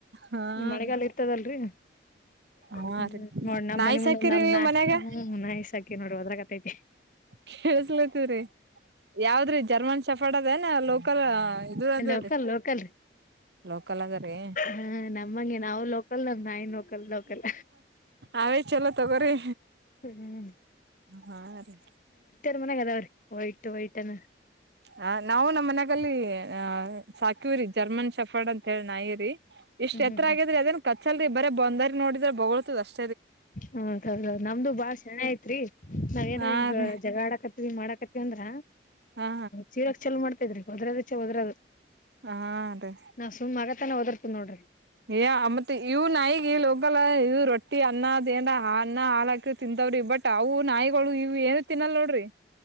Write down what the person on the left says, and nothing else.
ಮಳೆಗಾಲ
ಇರ್ತದಲ್ರಿ.
ಹ್ಮ್
ನೋಡ್ಣ
ಮನ ಮುಂದೊಂದಮ್ಮನ.
ಹ್ಮ್ ನಾ್ಕಿ ನೋಡ್ುವ ಅದ್ರ ಗತೈತಿ.
ಲೋಕಲ್
ಲೋಕಲ್ ರೀ
ಹ ನಮ್ಮಂಗೆ ನಾವು ಲೋಕಲ್ ನಮ್ ನಾಯಿ ಲೋಕಲ್ ಲೋಕಲ್
ಹ್ಮ್.
ರ್ ಮನಾಗ ಅದಾವ್ರೀ ವೈಟ್ ವೈಟ್ ಅನ್ನ.
ಹ್ಮ್
ಹ್ಮ್
ಹೌದೌದೌದು ನಮ್ದು ಬಾಳ್ ಚೆಣ ಐತ್ರಿ ನಾವ್ೇಏನ
ಹಿಂಗ
ಜ ಆಡಕ. ಮಾಡಕತಿ ಅಂದ್ರ
ಚೀರಾಕ್ ಚಲ ಮಾಡ್ತಿದ್ರಿೊದ್ರ. ಒದರದು
ನಾ ಸುಮ್ ಮಗತಾನೆ ದರ್ತನ ನೋಡ್ರಿ.